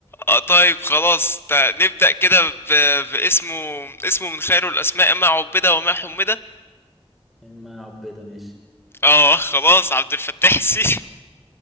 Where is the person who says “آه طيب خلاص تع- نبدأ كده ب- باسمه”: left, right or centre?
Left